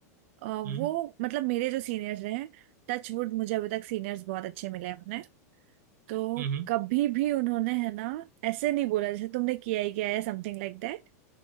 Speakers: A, on the right; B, on the right.
A: अ,
B: हम्म
A: वो मतलब मेरे जो सीनियर्स रहे हैं टचवुड मुझे अभी तक सीनियर्स बहुत अच्छे मिले हैं अपने तो
B: हम्म हम्म।
A: कभी भी उन्होंने है ना ऐसे नहीं बोला जैसे तुमने किया ही किया है समथिंग लाइक दैट